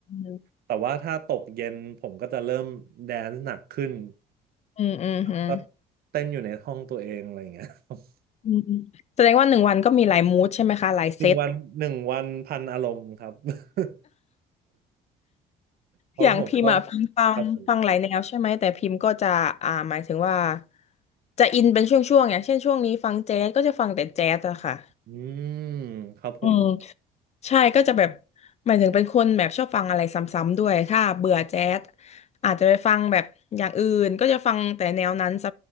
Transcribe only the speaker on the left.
อ
ืมอืมอืมอืม
อืมอืมแสดงว่าหนึ่งวันก็มีหลายมูดใช่ไหมคะหลายเซต
อย่างพิมพ์อ่ะพิมพ์ฟังฟังหลายแนวใช่ไหมแต่พิมพ์ก็จะอ่าหมายถึงว่า
จะอินเป็นช่วงๆอย่างเช่นช่วงนี้ฟังแจ๊สก็จะฟังแต่แจ๊สอะค่ะ
อืม ใช่ก็จะแบบหมายถึงเป็นคนแบบชอบฟังอะไรซ้ำๆด้วยถ้าเบื่อแจ๊สอาจจะไปฟังแบบอย่างอื่นก็จะฟังแต่แนวนั้นซ